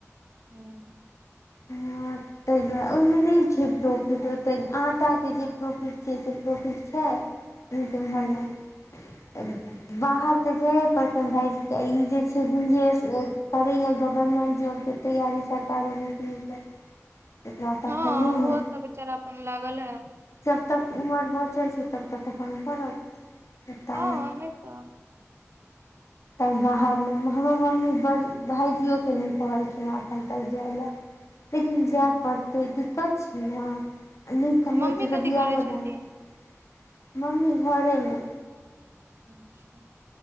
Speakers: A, on the right; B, on the left.
A: हुँ
B: हँ तऽ <unintelligible> ताहि दुआरे ओहिमे नहि छै प्रॉफिट ओते आटाके जे प्रॉफिट छै से प्रॉफिट छै नै तऽ ओहन नय बाहर तऽ जेये पड़तैन भायइजीके ई जे छै गुंजेश ओ करैए गवर्मेन्ट जॉबके तैयारी सरकारी नौकरी के एकरा तऽ अखन
A: ओहो
B: नहियें
A: तऽ बेचारा अपन लागल है
B: जब तक उमर बचल छै तब तक अपन करत हेतैन
A: हँ
B: <unintelligible>
A: नहि तऽ
B: तैँ बाहर नय हमर मम्मी बड़ भायजियो केँ नै कहलखिन हँ अखन तक जाय ले लेकिन
A: ह
B: जे पड़तै दिक्कत छै ने आ नहि कमेतै
A: आ मम्मी
B: तऽ
A: कथी
B: बियाहो
A: करै छथिन
B: दान नै मम्मी घरे मे
A: अच्छा।